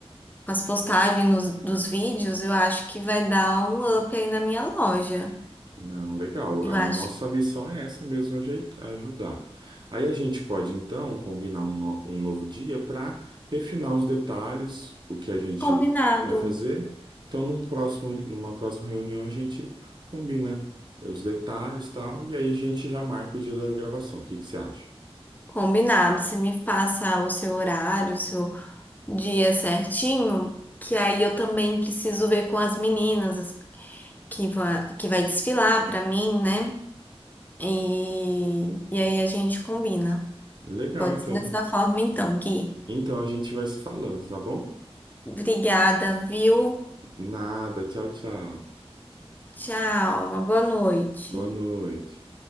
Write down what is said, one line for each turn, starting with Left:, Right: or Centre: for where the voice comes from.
Left: com as postagens nos- dos vídeos. Eu acho que vai dar um up aí na minha loja.
Right: Não, legal.
Left: Eu
Right: A
Left: acho
Right: nossa
Left: que
Right: missão é essa mesmo, ajei- ajudar. Aí a gente pode, então, combinar um, no- um novo dia para refinar os detalhes, o que a gente
Left: combinado.
Right: vai fazer. Então, num próximo, numa próxima reunião, a gente combina os detalhes e tal, e aí a gente já marca o dia da gravação. O que que você acha?
Left: Combinado. Você me passa o seu horário, o seu dia certinho, que aí eu também preciso ver com as meninas. que vai, que vai desfilar pra mim, né? E, e aí a gente combina.
Right: Legal,
Left: Pode
Right: então.
Left: ser dessa forma então, Gui.
Right: Então, a gente vai se falando, tá bom?
Left: Obrigada, viu?
Right: Nada, tchau, tchau.
Left: Tchau, uma boa noite.
Right: Boa noite.